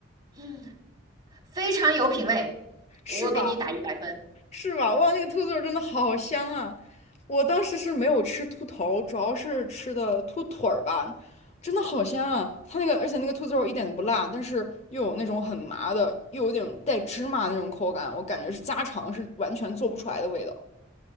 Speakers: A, on the right; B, on the left.
A: 嗯，非常有品味，
B: 是吧？
A: 我给你打一百分。
B: 是吧？哇，那个兔子肉真的好香啊！我当时是没有吃兔头，主要是吃的兔腿儿吧，真的好香啊！它那个，而且那个兔子肉一点都不辣，但是又有那种很麻的，又有点带芝麻的那种口感，我感觉是家常是完全做不出来的味道。